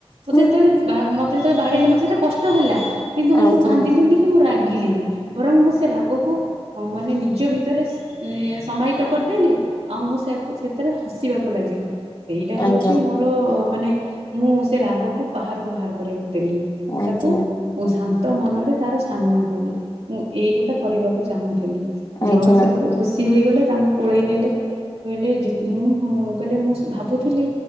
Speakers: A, on the right; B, on the left.
A: ମୋତେ
B: ହୁଁ
A: ଯେତେଳେେ
B: ହୁଁ
A: ବା ମୋତ ଯେତେବେଳେ ବାଡେଇଲେ ମତେ ସେଟା କଷ୍ଟ ହେଲା କିନ୍ତୁ ମୁଁ
B: ଆଜ୍ଞା
A: କାନ୍ଦିଲିନି କି ମୁଁ ରାଗିଲିନି ବରଂ ମୁଁ ସେ ରାଗକୁ ହଁ ମାନେ ନିଜ ଭିତରେ ସ୍ ଏ ସମାହିତ କରିଦେଲି ଆଉ ମୁଁ ସେକୁ ସେଥିରେ ହସିବାକୁ ଲାଗିଲି। ସେଇଟା ହଉଛି
B: ଆଜ୍ଞା
A: ମୋର ମାନେ ମୁଁ ସେ ରାଗକୁ ବାହାରକୁ ବାହାର କରିବାକୁ ଦେଲିନି। ମୁଁ ତାକୁ
B: ଆଜ୍ଞା
A: ଓ ଶାନ୍ତ ମନରେ ତାର ସାମ୍ନା କଲି। ମୁଁ ଏଇଗୋଟା କରିବାକୁ ଚା ଚାହୁଁଥିଲି,
B: ଆଜ୍ଞା
A: ଦ୍ରୋଣଶେରକୁ ଖୁସି ହେଇଗଲେ ତାଙ୍କୁ କୋଳେଇ ନେଲେ। କହିଲେ ଯେତ୍ ମୁଁଁ ଉଁ, କହିଲେ ମୁଁ ସ-ଭାବୁଥିଲି